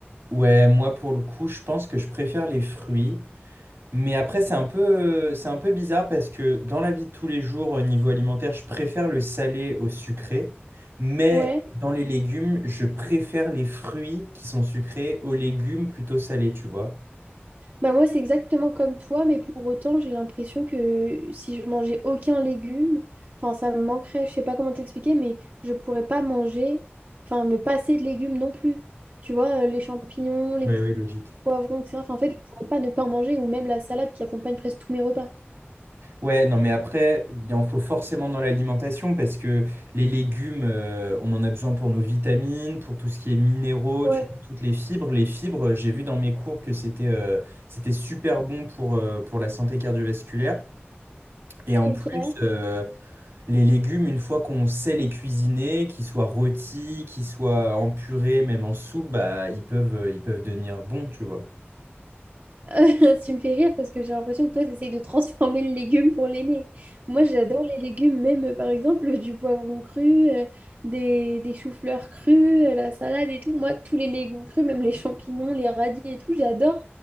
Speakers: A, on the right; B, on the right.
A: Ouais, moi, pour le coup, je pense que je préfère les fruits. Mais après, c'est un peu, euh, c'est un peu bizarre parce que dans la vie de tous les jours, au niveau alimentaire, je préfère le salé au sucré. Mais
B: Ouais.
A: dans les légumes, je préfère les fruits qui sont sucrés aux légumes plutôt salés, tu vois?
B: Bah moi, c'est exactement comme toi, mais pour autant, j'ai l'impression que si je mangeais aucun légume, enfin, ça me manquerait, je sais pas comment t'expliquer, mais je pourrais pas manger, enfin, me passer de légumes non plus. Tu vois, euh, les champignons, les
A: Oui,
B: po-
A: oui, logique.
B: poivrons, etc. Enfin, en fait, je pourrais pas ne pas en manger, ou même la salade qui accompagne presque tous mes repas.
A: Ouais, non, mais après, il en faut forcément dans l'alimentation parce que les légumes, euh, on en a besoin pour nos vitamines, pour tout ce qui est minéraux,
B: Ouais,
A: tu vois, toutes les fibres. Les fibres, j'ai vu dans mes cours que c'était euh, c'était super bon pour, euh, pour la santé cardiovasculaire. Et en
B: ok.
A: plus, euh, les légumes, une fois qu'on sait les cuisiner, qu'ils soient rôtis, qu'ils soient en purée, même en soupe, bah, ils peuvent, euh, ils peuvent devenir bons, tu vois.
B: <laughs> Tu me fais rire parce que j'ai l'impression que toi, tu essayes de transformer le légume pour l'aimer. Moi, j'adore les légumes, même euh, par exemple euh, du poivron cru, euh, des, des choux-fleurs crus, euh, la salade et tout. Moi, tous les légumes crus, même les champignons, les radis et tout, j'adore.